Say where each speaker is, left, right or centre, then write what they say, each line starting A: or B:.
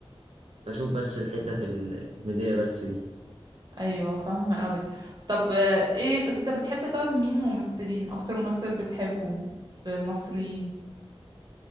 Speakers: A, on the right; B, on the right.
A: فبشوف بس الحتت ال- الكوميدية بس دي
B: ايوه فاهمة قوي طب آه، ايه انت بتحب طب مين ممثلين اكتر ممثل بتحبه في مصريين